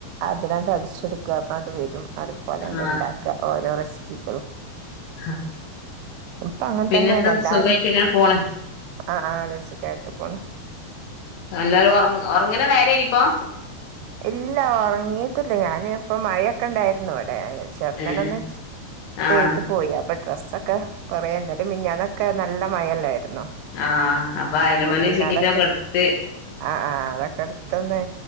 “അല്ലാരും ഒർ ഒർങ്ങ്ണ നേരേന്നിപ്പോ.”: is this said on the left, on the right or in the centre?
Left